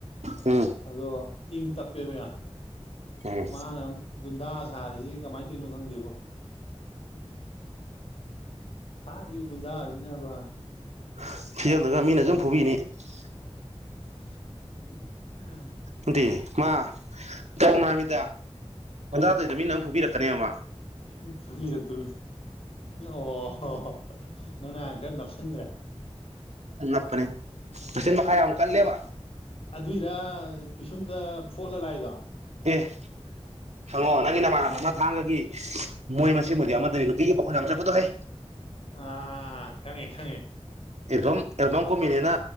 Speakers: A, on the right (about 85°); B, on the left (about 60°).
A: ꯎꯝ
B: ꯑꯗꯣ ꯏꯪ ꯇꯞꯄꯦꯕ ꯌꯥꯝ
A: ꯎꯝ
B: ꯃꯥꯅ ꯒꯨꯟꯗꯥ ꯁꯥꯔꯤꯁꯤ ꯀꯃꯥꯏꯅ ꯇꯧꯔꯤꯅꯣ ꯈꯪꯗꯦꯕꯣ ꯁꯥꯒꯤꯕ ꯒꯨꯟꯗꯖꯤꯅꯕ
A: <unintelligible>
B: <unintelligible>
A: ꯅꯠꯇꯦ ꯃꯥ ꯇꯧꯅꯣ ꯍꯥꯏꯃꯤꯗ ꯒꯣꯟꯗ ꯇꯧꯋꯤꯗꯣ ꯃꯤꯅ ꯑꯝ ꯐꯨꯕꯤꯔꯛꯀꯅꯦ ꯃ
B: ꯎꯝ ꯐꯨꯕꯤꯔꯛꯇꯔꯣ ꯑꯣ ꯍꯣ ꯅꯪꯅ ꯍꯥꯟ ꯈꯔ ꯅꯞꯁꯤꯟꯈ꯭ꯔꯦ
A: ꯅꯞꯄꯅꯦ ꯃꯆꯤꯟ ꯃꯈꯥ ꯌꯥꯝ ꯀꯜꯂꯦꯕ
B: ꯑꯗꯨꯏꯔ ꯄꯤꯁꯨꯝꯗ ꯐꯣꯠꯂ ꯂꯥꯛꯏꯗꯣ
A: ꯑꯦ ꯍꯪꯉꯣ ꯅꯪꯒꯤ ꯅꯃꯥꯟꯅ ꯑꯃꯥ ꯊꯥꯡꯒꯒꯤ ꯃꯣꯏ ꯃꯁꯦꯟꯕꯨꯗꯤ ꯑꯃꯇꯅꯤ ꯅꯨꯄꯤꯒꯤ ꯄꯈꯣꯟ ꯌꯥꯝ ꯆꯠꯄꯗꯣ ꯍꯩ
B: ꯑꯥ ꯑꯥ ꯑꯥ ꯈꯪꯉꯦ ꯈꯪꯉꯦ
A: ꯑꯦꯜꯕꯝ ꯑꯦꯜꯕꯝ ꯀꯨꯝꯃꯤꯅꯦꯅ